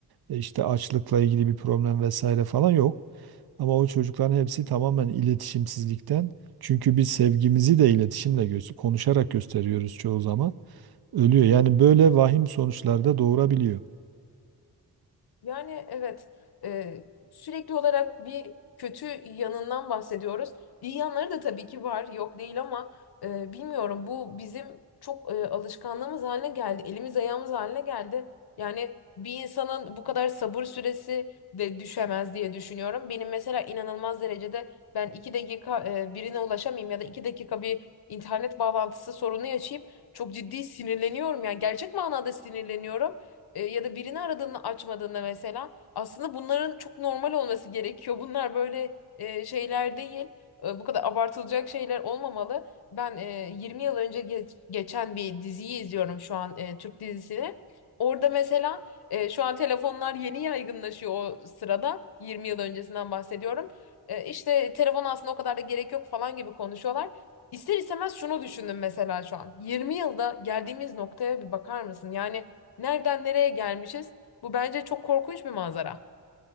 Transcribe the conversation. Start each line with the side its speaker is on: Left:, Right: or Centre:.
Right: e, işte açlıkla ilgili bir problem vesaire falan yok. Ama o çocukların hepsi tamamen iletişimsizlikten. Çünkü biz sevgimizi de iletişimle göster konuşarak gösteriyoruz çoğu zaman. Ölüyor. Yani böyle vahim sonuçlar da doğurabiliyor.
Left: Yani evet e, sürekli olarak bir kötü yanından bahsediyoruz. İyi yanları da tabii ki var, yok değil ama e, bilmiyorum bu bizim çok e, alışkanlığımız haline geldi, elimiz ayağımız haline geldi. Yani bir insanın bu kadar sabır süresi de düşemez diye düşünüyorum. Benim mesela inanılmaz derecede ben iki dakika e, birine ulaşamayayım ya da iki dakika bir internet bağlantısı sorunu yaşayıp çok ciddi sinirleniyorum. Yani gerçek manada sinirleniyorum. E, ya da birini aradığını açmadığında mesela aslında bunların çok normal olması gerekiyor. Bunlar böyle e, şeyler değil. E, bu kadar abartılacak şeyler olmamalı. Ben e, 20 yıl önce geç- geçen bir diziyi izliyorum şu an e, Türk dizisini. Orada mesela e, şu an telefonlar yeni yaygınlaşıyor o sırada. 20 yıl öncesinden bahsediyorum. E, işte telefon aslında o kadar da gerek yok falan gibi konuşuyorlar. İster istemez şunu düşündüm mesela şu an. 20 yılda geldiğimiz noktaya bir bakar mısın? Yani Nereden nereye gelmişiz? Bu bence çok korkunç bir manzara.